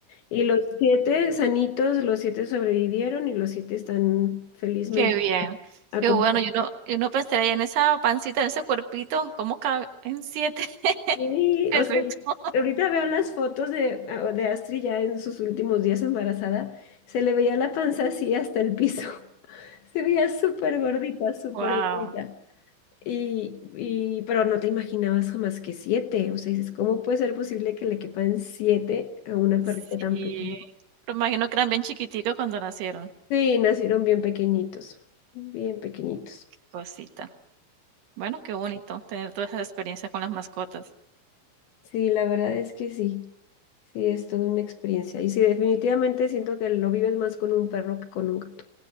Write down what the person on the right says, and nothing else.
qué bien,
qué bueno. Yo no yo no pensaría en esa pancita, en ese cuerpito, cómo caben 7 <laughs>
perritos.
Wow.
Sí,
pero imagino que eran bien chiquiticos cuando nacieron.
Cosita. Bueno, qué bonito tener todas esas experiencias con las mascotas.